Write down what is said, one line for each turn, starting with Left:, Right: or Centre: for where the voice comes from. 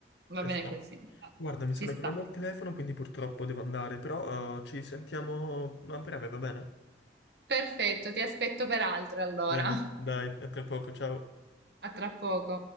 Right: va
Left: ci
Right: bene
Left: sta.
Right: così,
Left: Guarda, mi
Right: ci
Left: stanno
Right: sta.
Left: chiamando al telefono, quindi purtroppo devo andare, però eh, ci sentiamo a breve, va bene?
Right: Perfetto, ti aspetto per altre allora.
Left: Bene,
Right: <laughs>
Left: dai, a tra poco, ciao.
Right: A tra poco.